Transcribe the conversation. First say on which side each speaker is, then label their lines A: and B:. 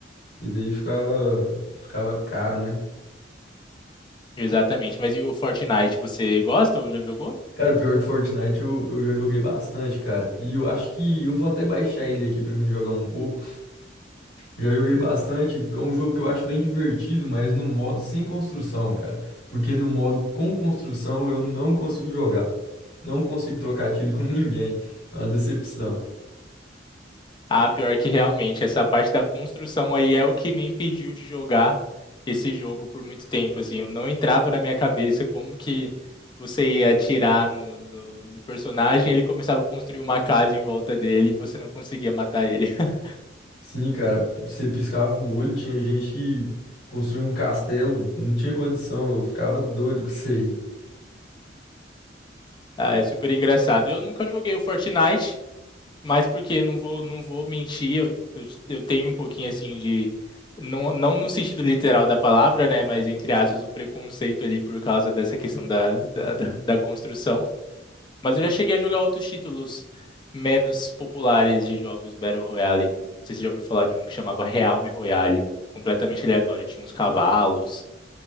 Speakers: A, on the left (about 70°); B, on the left (about 25°).
A: E daí ficava, ficava caro, né?
B: Exatamente. Mas e o Fortnite, você gosta ou já jogou?
A: Cara, o pior que Fortnite eu, eu já joguei bastante, cara. E eu acho que eu vou até baixar ele aqui pra mim jogar um pouco. Já joguei bastante, é um jogo que eu acho bem divertido, mas no modo sem construção, cara. Porque no modo com construção eu não consigo jogar. Não consigo trocar tiro com <laughs> ninguém. É uma decepção.
B: Ah, pior que realmente, essa parte da construção aí é o que me impediu de jogar esse jogo por muito tempo, assim, eu não entrava na minha cabeça como que você ia atirar no, no, no personagem, ele começava a construir uma casa em volta dele e você não conseguia matar ele. <laughs>
A: Sim, cara, você piscava o olho, tinha gente que construiu um castelo, não tinha condição, eu ficava doido com isso aí.
B: Ah, é super engraçado. Eu nunca joguei o Fortnite, mas porque não vou, não vou mentir, eu, eu, eu tenho um pouquinho assim de. Não, não no sentido literal da palavra, né? Mas entre aspas, o preconceito ali por causa dessa questão da, da, da da construção. Mas eu já cheguei a jogar outros títulos menos populares de jogos Battle Royale. Não sei se você já ouviu falar de um que chamava Realme Royale. Completamente aleatório, tinha uns cavalos.